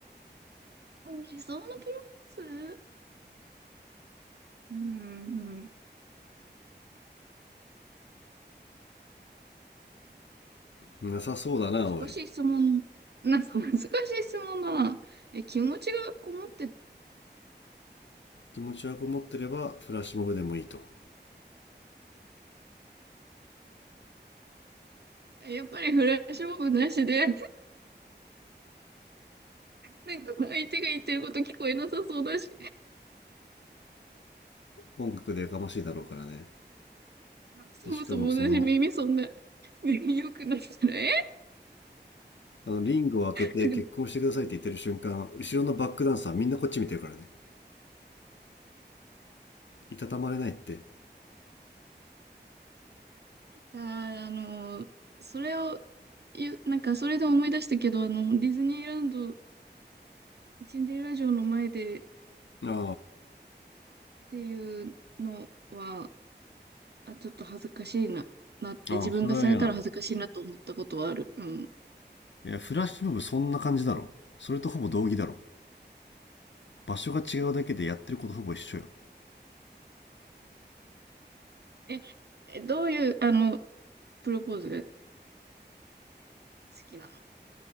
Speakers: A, on the right (about 65°); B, on the left (about 85°).
A: 理想のプロポーズうーん、
B: なさそうだな、
A: 難しい質問。
B: おい。
A: なんか難しい質問だな。え、気持ちがこもって、
B: 気持ちはこもってればフラッシュモブでもいいと。
A: やっぱりフラッシュモブなしで、なんか相手が言ってること聞こえなさそうだし、
B: 音楽でやかましいだろうからね。
A: そもそも私耳そんな、
B: で、しかもその
A: <laughs> 良くなったら、え
B: あの、リングを開けて結婚してくださいって言ってる瞬間、
A: なんか、
B: 後ろのバックダンサーみんなこっち見てるからね。いたたまれないって。
A: あー、あのそれを言う、なんかそれで思い出したけど、あの、ディズニーランドシンデレラ城の前でっ
B: あ
A: ていうのは、あ、ちょっと恥ずかしいな、なって、
B: あ、
A: 自分がされたら恥ずかしいなと思ったことはある。
B: ああ、それは嫌なんだ。
A: うん。
B: いや、フラッシュモブそんな感じだろ。それとほぼ同義だろ。場所が違うだけでやってることほぼ一緒よ。
A: え、えどういう、あの、プロポーズが好きなの